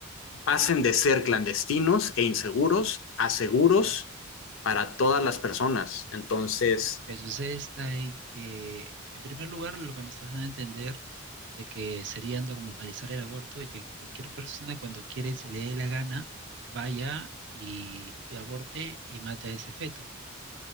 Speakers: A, on the left; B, on the right.
A: pasen de ser clandestinos e inseguros a seguros para todas las personas. Entonces,
B: Lo que sucede está en que, en primer lugar, lo que me estás dando a entender de que sería normalizar el aborto y que cualquier persona cuando quiere y se le dé la gana, vaya y, y aborte y mate a ese feto.